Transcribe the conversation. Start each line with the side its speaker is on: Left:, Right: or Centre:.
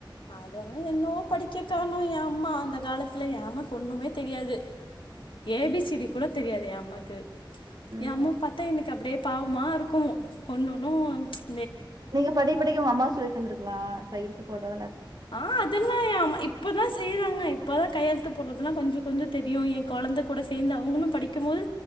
Left: அதெல்லாம் என்னோ படிக்கக்காரணம் ஏம்மா அந்த காலத்துல ஏமா கொண்ணுமே தெரியாது ஏபிசிடி கூட தெரியாது என் அம்மாக்கு
Right: ம்.
Left: என்ம்மு பத்தேன் இன்னைக்கு அப்படியே பாவமா இருக்கும் ஒண்டுணும் ச்
Right: நீங்க படி படிக்க உங்க அம்மாவ சொல்லி தந்திருக்கலாம் கையழுத்து போடல
Left: ஆஹ் அதெல்லாம் இப்பதான் செய்யறாங்க இப்பதான் கையெழுத்து போடுறதல்லாம் கொஞ்சம் கொஞ்சம் தெரியும் என் குழந்தை கூட சேர்ந்து அவங்களும் படிக்கும்போது